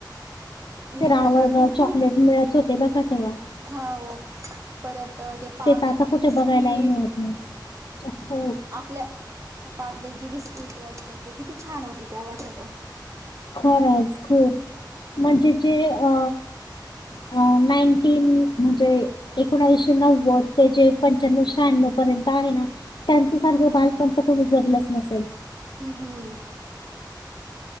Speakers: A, on the right; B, on the left.
A: हे
B: ते रावळगाव
A: प्रकार भरपूर
B: चॉकलेट मिळत होते बघा तेव्हा.
A: हा ओ परत ते पार्ले
B: तर आता
A: जी
B: कुठे
A: बिस्किट.
B: बघायलाही <unintelligible>
A: आपल्या पारले जी बिस्कीट वगैरे ते किती छान होते तेव्हा सगळं.
B: खरंच खूप म्हणजे जे अ अ नाईन्टीन म्हणजे एकोणावीसशे नव्वद ते जे पंच्याण्व शहाण्णव पर्यंत आहे ना त्यांच्या सारखं
A: ह
B: बालपण तर कोणी जगलंच नसेल.
A: हम् हम्म.